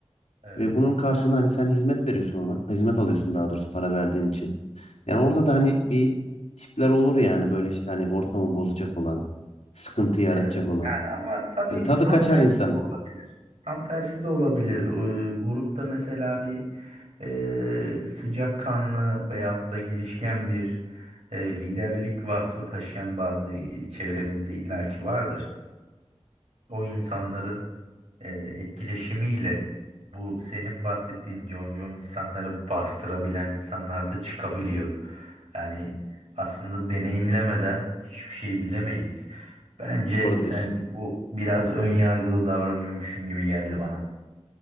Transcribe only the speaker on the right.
Evet.
Evet
yani ama tabii
tam
tersi
de olabilir. Tam tersi de olabilir. Ee, grupta mesela bir e, sıcakkanlı veyahut da girişken bir e, liderlik vasfı taşıyan bazı çevremizde illaki vardır. O insanların e, etkileşimiyle bu senin bahsettiğin concon insanları bastırabilen insanlar da çıkabiliyor. Yani aslında deneyimlemeden hiçbir şey bilemeyiz. Bence
sen
bu biraz ön yargılı davranıyormuşsun gibi geldi bana.